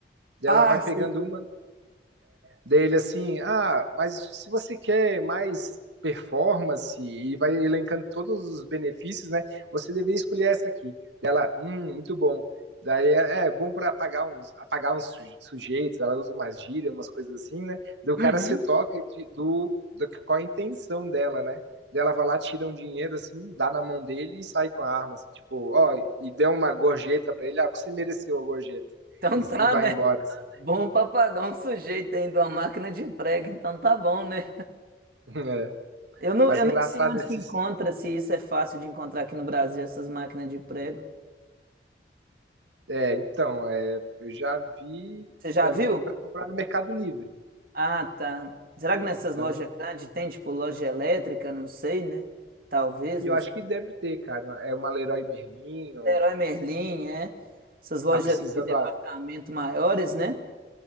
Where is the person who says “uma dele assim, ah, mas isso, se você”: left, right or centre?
Right